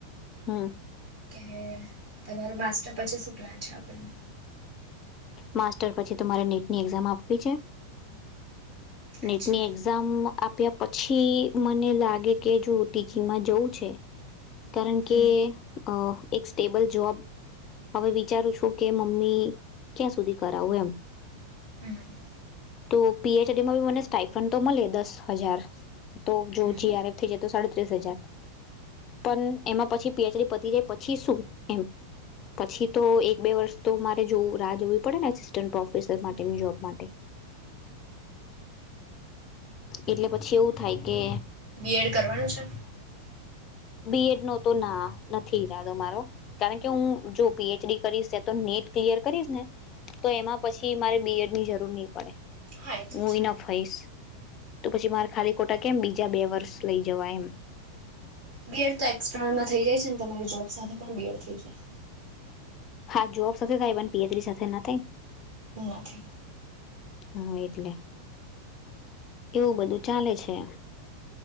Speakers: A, on the left; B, on the right.
A: હમ્મ.
B: કે તમારો માસ્ટર પછી શું પ્લાન છે આપણે?
A: માસ્ટર પછી તમારે નીટની એક્ઝામ આપવી છે. નીટ
B: અચ્છા
A: ની એક્ઝામ આપ્યા પછી મને લાગે કે જો ટીચીંગ માં જવું છે. કારણ
B: હમ
A: કે અહ એક સ્ટેબલ જોબ હવે વિચારું છું કે મમ્મી ક્યાં સુધી કરાવું એમ,
B: હમ
A: તો પી એચ ડીમાં ભી મને સ્ટઇફન તો મળે દસ હજાર તો જો
B: હમ
A: જી આર એફ થઈ જાય તો સાડત્રીસ હજાર. પણ એમાં પછી પી એચ ડી પતી જાય પછી શું, એમ પછી તો એક બે વર્ષ તો મારે જો રાહ જોવી પડે ને એસિસ્ટન્ટ પ્રોફેસર માટેની જોબ માટે. એટલે પછી એવું થાય કે
B: બી એડ કરવાનું છે?
A: બી એડ નો તો ના નથી ઈરાદો મારો, કારણકે હું જો પી એચ ડી કરીશ તો નેટ ક્લિયર કરીશ ને તો એમાં પછી મારે બી એડ ની જરૂર ની પડે,
B: હા એ તો
A: હું
B: છે
A: ઈનફ હઈશ. તો પછી મારે ખાલી ખોટા કેમ બીજા બે વર્ષ લઈ જવા એમ.
B: બી એડ તો એક્સ્રનલમાં થઇ જાય છે ને, તમારી જોબ સાથે પણ બી એડ થઈ જાય.
A: હા, જોબ સાથે થાય પણ પી એચ ડી સાથે ના થાય,
B: ના થાય
A: હા એટલે એવું બધું ચાલે છે.